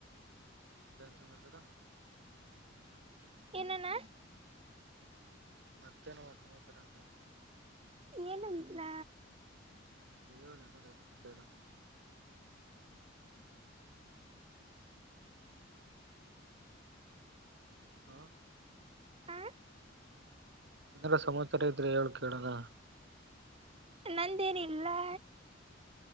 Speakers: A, on the right; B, on the right.
A: ಮತ್ತೇನ್ ಸಮಾಚಾರ.
B: ಏನಣ್ಣ.
A: ಮತ್ತೇನವ ಸಮಾಚಾರ ಅಂದೇ.
B: ಏನು ಇಲ್ಲ.
A: <unintelligible> ಹಾ.
B: ಆ
A: ಏನಾರ ಸಮಾಚಾರ ಇದ್ರೆ ಹೆಳು ಕೆಳನ.
B: ನಂದೇನಿಲ್ಲ.